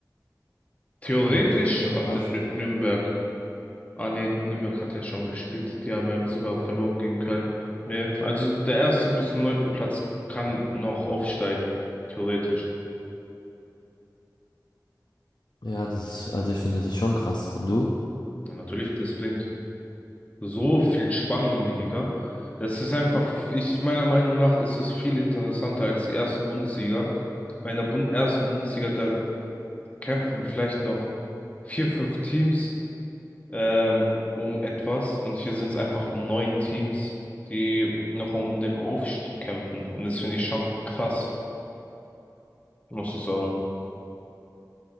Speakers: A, on the left; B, on the left.
A: Theoretisch,
B: Oha,
A: warte,
B: krass.
A: Nü- Nürnberg. Ah nee, Nürnberg hat ja schon gespielt. Die haben ja sogar verloren gegen Köln. Nee, also der erste bis zum neunten Platz kann noch aufsteigen, theoretisch.
B: Ja, das ist, also ich finde das schon krass. Und du?
A: Ja, natürlich, das bringt so viel Spannung in die Liga. Das ist einfach,
B: Ja.
A: ich meiner Meinung nach ist es viel interessanter als die erste Bundesliga. Bei einer Bun ersten Bundesliga, da kämpfen vielleicht noch vier, fünf Teams ähm, um etwas und hier sind es einfach neun Teams, die noch um den Aufstieg kämpfen. Und das finde ich schon krass, muss ich sagen.